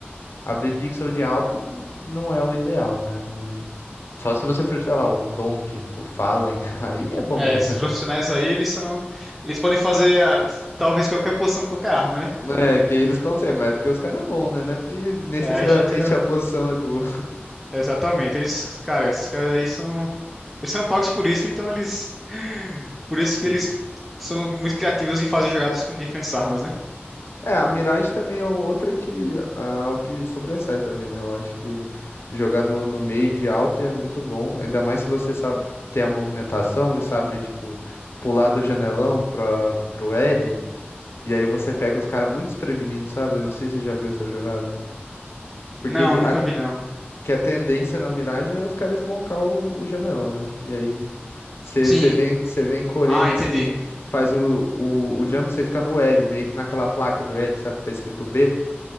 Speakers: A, on the left (about 80°); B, in the centre.
A: abrir pixel de Alp não, não é o ideal, né? Não... Só se você for, sei lá, o Donk, o Fallen, <laughs> aí é bom,
B: É,
A: né?
B: esses profissionais aí, eles são. Eles podem fazer ah, talvez qualquer posição com qualquer arma, né?
A: É, que eles conseguem, mas é porque os caras é bom, né? Não é porque necessariamente
B: É, a gente é.
A: a posição é boa.
B: Exatamente. Eles, cara, esses caras aí são. Eles são pagos por isso, então eles.
A: <laughs>
B: Por isso
A: assim.
B: que eles são muito criativos em fazer jogadas com diferentes armas, né?
A: É, a Mirage também é outra que a Alp sobressai também, né? Eu acho que jogar no, no meio de Alp é muito bom, ainda mais se você sabe ter a movimentação e sabe, tipo, pular do janelão pra, pro L, e aí você pega os caras muito desprevenidos, sabe? Eu não sei se você já viu essa jogada.
B: Não,
A: Porque ele,
B: nunca
A: a,
B: vi, não.
A: que a tendência na Mirage é os caras smocar o, o janelão, né? E aí Você
B: Sim.
A: você vem, você vem correndo
B: Ah, entendi.
A: assim, faz o, o, o jump, você fica no L, meio que naquela placa do L, sabe, que tá escrito B.